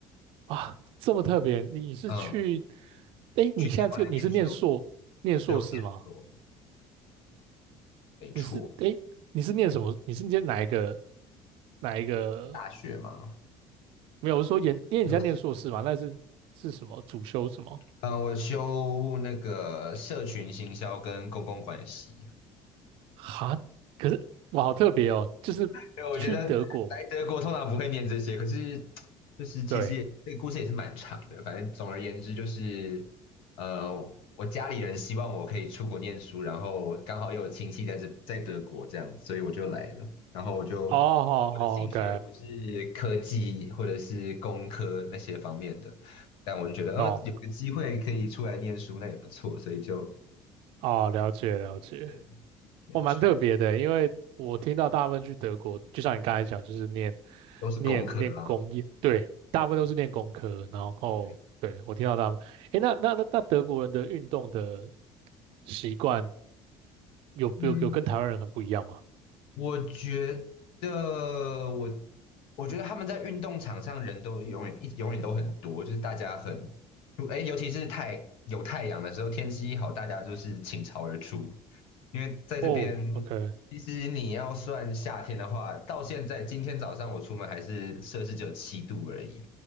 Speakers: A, on the right; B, on the left.
A: 啊？这么特别，你是去？
B: 嗯，
A: 哎，
B: 去年我在念书，
A: 你现在这个你是念硕念硕士吗？
B: 对，我念书，没错，
A: 你是哎，诶你是念什么？你是念哪一个哪一个
B: 大学嘛，
A: 没有，我是说研，因为你现在念硕士嘛，
B: 嗯，
A: 那是是什么主修什么？
B: 呃我修那个社群行销跟公共关系。
A: 哈，可是哇，好特别哦，就是去德国，
B: 对，我觉得来德国通常不会念这些，可是就是其实也这个故事也是蛮长的。
A: 对，
B: 反正总而言之就是，呃，我家里人希望我可以出国念书，然后刚好又有亲戚在这在德国这样，所以我就来了。然后我就
A: 哦，好好，OK，
B: 我的兴趣也不是科技或者是工科那些方面的，但我就觉得，嗯、
A: 懂，
B: 有个机会可以出来念书，那也不错，所以就
A: 哦，了解了解，
B: 对，没错，
A: 我蛮特别的欸，因为我听到大部分去德国，就像你刚才讲，就是念
B: 都是工科啊，
A: 念念工业，对，大部分都是念工科，然后对我听到他们，
B: 对，
A: 诶，那那那那德国人的运动的习惯有有有跟台湾人很不一样吗？
B: 嗯。我觉得我，我觉得他们在运动场上人都永远一永远都很多，就是大家很，哎，尤其是太有太阳的时候，天气一好，大家就是倾巢而出。因为在这边，
A: 哦，OK。
B: 其实你要算夏天的话，到现在今天早上我出门还是摄氏只有七度而已，